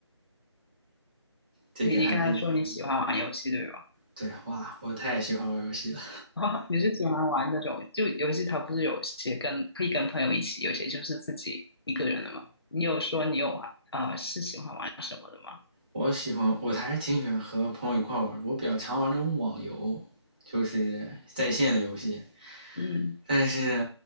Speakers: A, on the right; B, on the left.
A: 这个还是
B: 你你刚才说你喜欢玩游戏对吧？
A: 对啊哇，我太喜欢玩游戏了。
B: <laughs> 你是喜欢玩那种就游戏，它不是有些跟可以跟朋友一起，有些就是自己一个人的嘛。你有说你有玩啊、呃是喜欢玩什么的吗？
A: 我喜欢，我还是挺喜欢和朋友一块玩。我比较常玩那种网游，就是在线的游戏，
B: 嗯，
A: 但是